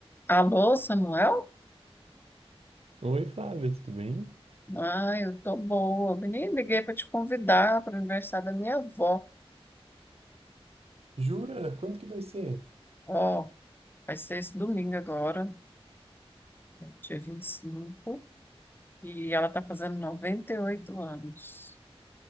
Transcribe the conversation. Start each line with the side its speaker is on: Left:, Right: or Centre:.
Left: Alô, Samuel?
Right: Oi, Flávia, tudo bem?
Left: Ah, eu tô boa. Eu Nem liguei para te convidar para o aniversário da minha avó.
Right: Jura? Quando que vai ser?
Left: Ó, vai ser esse domingo agora, dia vinte e cinco, e ela tá fazendo 98 anos.